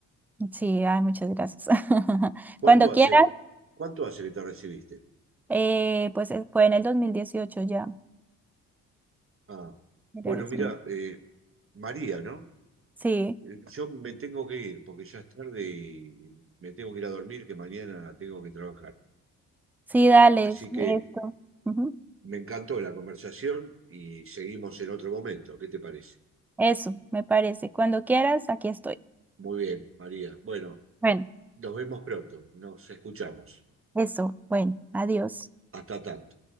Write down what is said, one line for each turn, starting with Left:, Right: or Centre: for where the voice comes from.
Centre: Sí, ay, muchas gracias. <laughs>
Right: ¿Cuánto
Centre: Cuando
Right: hace,
Centre: quieras,
Right: cuánto hace que te recibiste?
Centre: eh, pues eh, fue en el 2018 ya.
Right: Ah,
Centre: Era
Right: bueno,
Centre: vez
Right: mira,
Centre: mi-
Right: eh, María, ¿no?
Centre: Sí,
Right: Eh, Yo me tengo que ir porque ya es tarde y me tengo que ir a dormir, que mañana tengo que trabajar.
Centre: sí, dale
Right: Así
Centre: esto.
Right: que
Centre: Ujú.
Right: me encantó la conversación y seguimos en otro momento. ¿Qué te parece?
Centre: Eso, me parece. Cuando quieras, aquí estoy.
Right: Muy bien, María. Bueno,
Centre: Bueno,
Right: nos vemos pronto, nos escuchamos.
Centre: eso. Bueno, adiós.
Right: Hasta tanto.